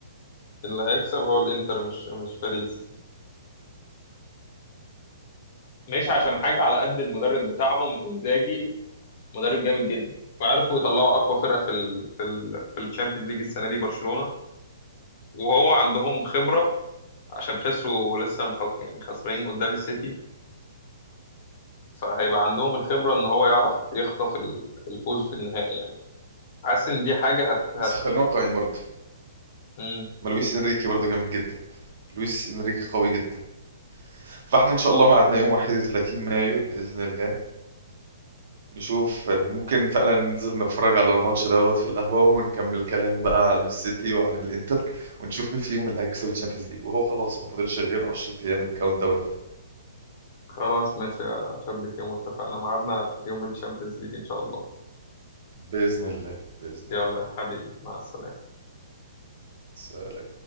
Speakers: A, on the left (about 40°); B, on the right (about 55°).
A: اللي هيكسب هو الانتر مش مش باريس مش عشان
B: لا
A: حاجه على قد المدرب بتاعهم انزاجي مدرب جامد جدا وعرفوا يطلعوا اقوى فرقه في ال في ال في الشامبيونز ليج السنه دي برشلونه وهو عندهم خبره عشان خسروا لسه مخ... يعني خسرانين قدام السيتي فهيبقى عندهم الخبره ان هو يعرف يخطف ال- الفوز في النهائي يعني حاسس ان دي حاجه هت, هت...
B: بس خلينا واقعيين برضه
A: مم.
B: ما لويس انريكي برضه جامد جدا لويس انريكي قوي جدا فاحنا ان شاء الله ميعادنا يوم 31 مايو باذن الله نشوف يعني ممكن فعلا ننزل نتفرج على الماتش دوت في القهوة ونكمل كلام بقى عن السيتي وعن الانتر ونشوف مين فيهم اللي هيكسب الشامبيونز ليج وهو خلاص ما فاضلش غير 10 ايام الكاونت داون بدأ
A: خلاص ماشي يا شبك يوم اتفقنا ميعادنا يوم الشامبيونز ليج ان شاء الله
B: بإذن الله بإذن
A: يلا
B: الله
A: يا حبيبي مع السلامه
B: سلام